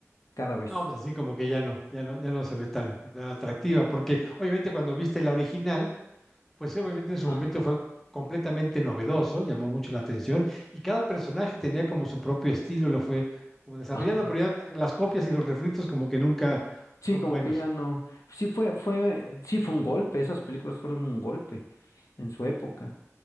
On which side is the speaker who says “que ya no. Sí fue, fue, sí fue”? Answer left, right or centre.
Left